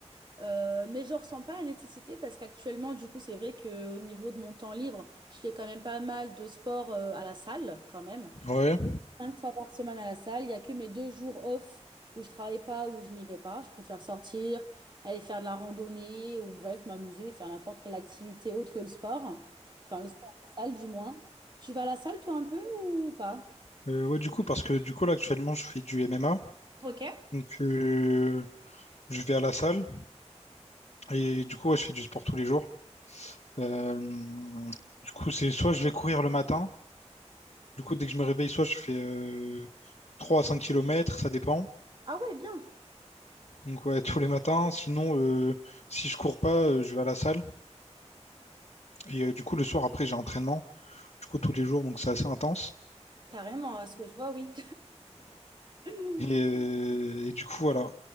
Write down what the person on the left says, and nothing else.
Ouais.
Euh, ouais, du coup, parce que du coup, là, actuellement, je fais du MMA.
Donc, euh, je vais à la salle et du coup, ouais, je fais du sport tous les jours. Euh, du coup, c'est soit je vais courir le matin. Du coup, dès que je me réveille, soit je fais euh, 3 à 5 kilomètres ça dépend.
Donc, ouais, <laughs> tous les matins. Sinon, euh, si je cours pas, euh, je vais à la salle. Et euh, du coup, le soir, après, j'ai entraînement. Du coup, tous les jours, donc c'est assez intense.
Et, euh, et du coup, voilà.